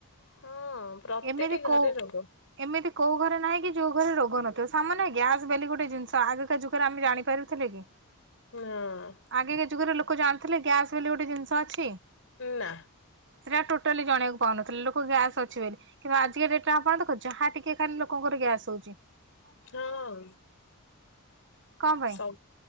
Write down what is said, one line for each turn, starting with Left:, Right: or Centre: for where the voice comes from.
Left: ହଁ ପ୍ରତିଟି
Right: ଏମିତି
Left: ଘରେ
Right: କୋଉଁ
Left: ରୋଗ
Right: ଏମିତି କୋଉଁ ଘର ନାଇଁକ କି ଯୋଉଁ ଘରେ ରୋଗ ନଥିବ ସାମାନ୍ୟ ଗ୍ୟାସ ବେଲି ଗୋଟେ ଜିନିଷ ଆଗକା ଯୁଗରେ ଆମେ ଜାଣିପାରୁଥିଲେ କି?
Left: ହଁ।
Right: ଆଗକା ଯୁଗରେ ଲୋକ ଜାଣିଥିଲେ ଗ୍ୟାସ୍ ବୋଲି ଗୋଟେ ଜିନିଷ ଅଛି।
Left: ନାଁ।
Right: ସେଇଟା ଟୋଟାଲି ଜାଣିବାକୁ ପାଉନଥିଲେ। ଲୋକ ଗ୍ୟାସ୍ ଅଛି ବୋଲି କିନ୍ତୁ ଆଜିକା ଡେଟ ଆପଣ ଦେଖ ଯାହା ଟିକେ ଖାଇଲେ ଲୋକଙ୍କ ଗ୍ୟାସ ହୋଉଚି।
Left: ହଁ।
Right: କଣ ପାଇଁ?
Left: ସବ